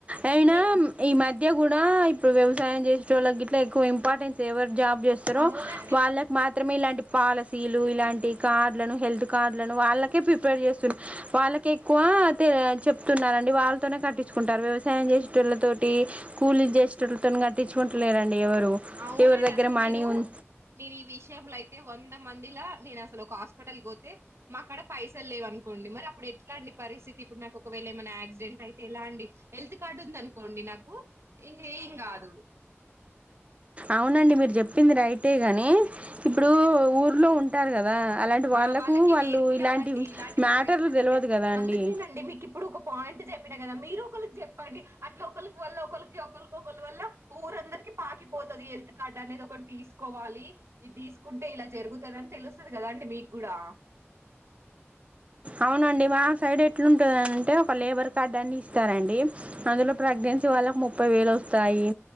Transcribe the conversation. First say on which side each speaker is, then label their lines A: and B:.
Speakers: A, on the right; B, on the right.
A: అయినా
B: ని
A: ఈ మధ్య కూడా ఇప్పుడు వ్యవసాయం చేసేటోళ్ళు గిట్ల ఎక్కువ ఇంపార్టెన్స్ ఎవరు జాబ్ చేస్తారు
B: అవునండి.
A: వాళ్ళకి మా త్రమే ఇలాంటి పాలసీలు ఇలాంటి కార్డులను హెల్త్ కార్డులను వాళ్ళకే ప్రిపేర్ చేస్తు వాళ్ళకి ఎక్కువ తే చెప్తున్నారండి వాళ్ళతోనే కట్టించుకుంటారు వ్యవసాయం చేసేటళ్ళతోటి కూలి చేసేటతోని కట్టించుకుంటలేరండి ఎవరు
B: అవునండి
A: ఎవరి దగ్గర
B: అసలు
A: మనీ
B: నేను
A: ఉం
B: నేను ఈ విషయంలో అయితే వంద మం ది లా నేను అసలు ఒక హాస్పిటల్కి పోతే మాక్కడ పైసలు లేవ అనుకోండి మరి అప్పుడు ఎట్లాండి పరిస్థితి ఇప్పుడు నాకు ఒకవేళ ఏమైనా యాక్సిడెంట్ అయితే ఎలా అండి హెల్త్ కార్డు ఉంది అనుకోండి నాకు ఇంక ఏం కాదు
A: అవునండి మీరు చెప్పింది రైట్ ఏ గాని ఇప్పుడు ఊర్లో ఉంటారు కదా అలాంటి వాళ్ళకు
B: ఆ వాళ్ళకి
A: వాళ్ళు
B: నేర్పియాలండి
A: ఇలాంటి
B: ఇలాంటి
A: మ్యాటర్లు
B: పాయింట్స్ అన్ని
A: తెలవదు
B: చె
A: కదా అండి
B: అందుకేనండి మీకు ఇప్పుడు ఒక పాయి యింట్ చెప్పినా కదా మీరు ఒకళ్ కి చెప్పండి అట్లా ఒకళ్కి వల్ల ఒకల్కి ఒకల్కి ఒకరి వల్ల ఊరందరికి పాకిపోతుది హెల్త్ కార్డ్ అ నేది ఒకటి తీసుకోవాలి ఇది తీసుకుంటే ఇలా జరుగుతాది ఆని తెలుస్తుంది కదా అం డి మీగుడా
A: అవునండి మా సైడ్ ఎట్లాంటుందినింటే ఒక లేబర్ కార్డ్ అని ఇస్తారంండి అందులో ప్రెగ్నెన్సీ వా ళ్ళకి ముప్పై వేలు వస్తాయి